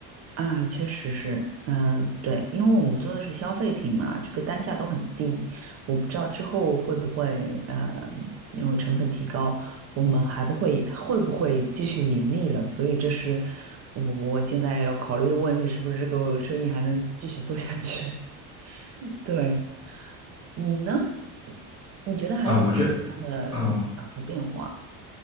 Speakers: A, on the right (about 40°); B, on the left (about 15°).
A: 啊，确实是，嗯，对，因为我们做的是消费品嘛，这个单价都很低，我不知道之后会不会，呃，因为成本提高，我们还不会会不会继续盈利了，所以这是我我现在要考虑的问题，是不是这个生意还能继续做下去？<laughs> 对，你呢？你觉得还有什么其他的影响和变化？
B: 啊。我觉得，啊，